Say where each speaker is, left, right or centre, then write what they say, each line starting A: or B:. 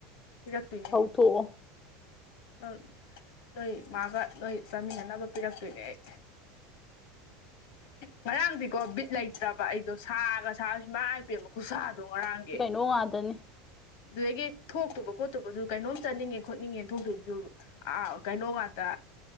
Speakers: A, on the left; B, on the left.
A: ꯄꯤꯔꯛꯇꯣꯏꯅꯦ
B: ꯍꯧꯊꯣꯛꯑꯣ
A: ꯅꯣꯏ ꯅꯣꯏ ꯃꯥꯒ ꯅꯣꯏ ꯆꯥꯃꯤꯟ ꯅꯅꯥꯕ ꯄꯤꯔꯛꯇꯣꯏꯅꯦ ꯑꯩ ꯉꯔꯥꯡꯗꯤꯀꯣ ꯕꯤꯠ ꯂꯩꯇ꯭ꯔꯕ ꯑꯩꯗꯣ ꯁꯥꯒ ꯁꯥ ꯏꯃꯥꯏ ꯄꯦꯝꯃ ꯈꯨꯁꯥꯗꯣ ꯉꯔꯥꯡꯒꯤ
B: ꯗꯨ ꯉꯥꯛꯇꯅꯤ
A: ꯑꯗꯨꯗꯒꯤ ꯊꯣꯛꯇꯨꯕ ꯈꯣꯠꯇꯨꯕꯖꯨ ꯀꯩꯅꯣꯝ ꯆꯠꯅꯤꯡꯉꯦ ꯈꯣꯠꯅꯤꯡꯉꯦꯅ ꯊꯣꯛꯇꯨꯕꯖꯨ ꯑꯥ ꯀꯩꯅꯣ ꯉꯥꯛꯇꯥ